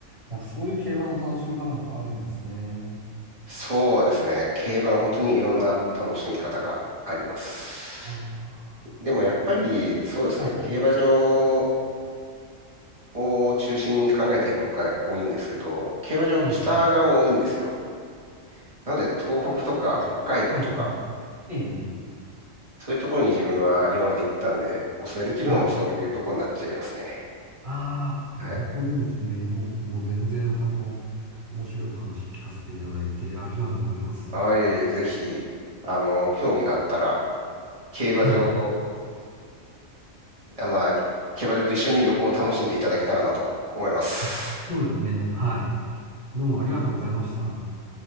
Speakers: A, on the right; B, on the right.
A: なんかそういう競馬の楽しみ方もあるんですね。
B: そうですね。競馬は本当にいろんな楽しみ方があります。
A: あ
B: でもやっぱり、そうですね。
A: あ、はい。
B: 競馬場を中心に考えていくことが多いんですけど、競馬場北が多いんですよ。
A: ええ
B: なので、東北とか北海道とか、
A: なるほどはい。はいええ、
B: そういうところに自分は今まで行ったんで、お勧めできるのもそういうところになっちゃいますね。
A: はい。ああ、
B: はい
A: なるほどですね。もう、もう全然、あの、面白いお話聞かせていただいてありがとうございます。
B: はい、ぜひ、あの、興味があったら、競馬場と、
A: はい。
B: あ、まあ、競馬場と一緒に旅行を楽しんでいただけたらなと思います。
A: あ、そうですね。はい。どうもありがとうございました。